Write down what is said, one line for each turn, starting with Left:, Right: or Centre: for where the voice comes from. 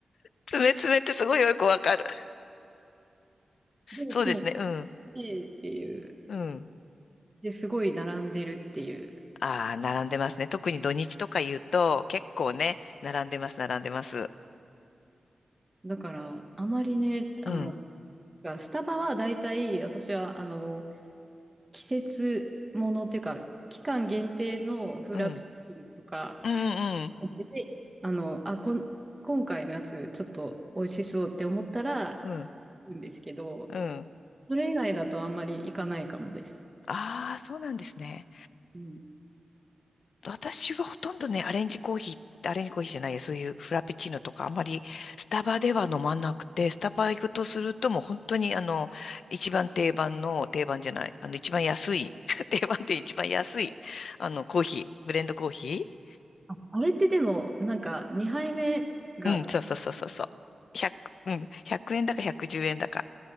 Left: 爪爪ってすごいよくわかる。
Right: で、
Left: そうですね。
Right: いつも来
Left: うん。
Right: てっていう。
Left: うん。
Right: で、すごい並んでるっていう。
Left: ああ、並んでますね。特に土日とか言うと、結構ね、並んでます、並んでます。
Right: だから、あまりね、あの、
Left: うん。
Right: がスタバは大体私はあの季節ものっていうか、期間限定のフラペチーノとか
Left: うん。うん、うん、
Right: やってて、あの、あ、こん、今回のやつちょっと美味しそうって思ったら、
Left: うん、
Right: 行くんですけど、
Left: うん。
Right: それ以外だとあんまり行かないかもです。
Left: ああ、そうなんですね。
Right: うん。
Left: 私はほとんどね、アレンジコーヒー、アレンジコーヒーじゃないや、そういうフラペチーノとか、あんまりスタバでは飲まなくて、スタバ行くとするともう本当にあの、一番定番の、定番じゃない、あの、一番安い、<laughs> 定番って一番安い、あの、コーヒー、ブレンドコーヒー
Right: あ、あれってでも、なんか2杯目が
Left: うん、そうそうそうそうそう。100、うん、1円だか110円だか。